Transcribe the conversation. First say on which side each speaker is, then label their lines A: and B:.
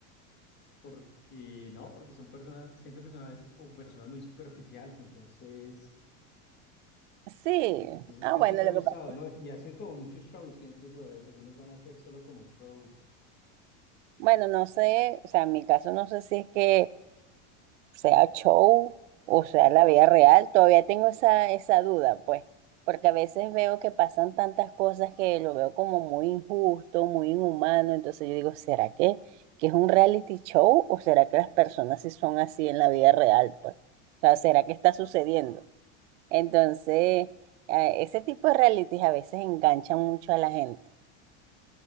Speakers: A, on the left; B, on the right.
A: porque no, porque son personas, siento que son a veces como personas muy superficiales, entonces,
B: Sí.
A: entonces
B: Ah,
A: casi
B: bueno,
A: no me
B: lo
A: ha gustado,
B: que pasa.
A: ¿no? Y hacen como muchos shows, siento yo, eh, algunos van a hacer solo como show.
B: Bueno, no sé, o sea, en mi caso no sé si es que sea show o sea la vida real, todavía tengo esa, esa duda, pues, porque a veces veo que pasan tantas cosas que lo veo como muy injusto, muy inhumano, entonces yo digo, ¿será que, que es un reality show o será que las personas sí son así en la vida real, pues? O sea, ¿será que está sucediendo? Entonces, eh, ese tipo de realities a veces enganchan mucho a la gente.